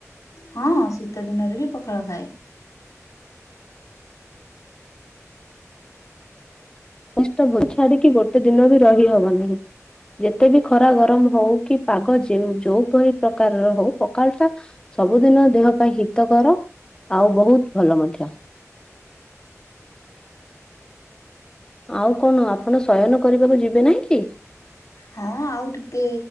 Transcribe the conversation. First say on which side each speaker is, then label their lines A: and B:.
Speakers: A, on the left (about 90°); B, on the left (about 15°).
A: ହଁ ଶୀତ ଦିନରେ ବି ପଖାଳ ଖାଏ।
B: କଷ୍ଟ ଭୋ ଛାଡିକି ଗୋଟେ ଦିନ ବି ରହି ହବନି ଯେତେ ବି ଖରା ଗରମ ହଉ କି ପାଗ ଯେ ଯୋଉପରି ପ୍ରକାରର ହଉ ପକାଳଟା ସବୁଦିନ ଦେହ ପାଇଁ ହିତକର ଆଉ ବହୁତ ଭଲ ମଧ୍ୟ। ଆଉ କଣ ଆପଣ ଶୟନ କରିବାକୁ ଯିବେ ନାହିଁ କି?
A: ହଁ ଆଉ ଟିକେ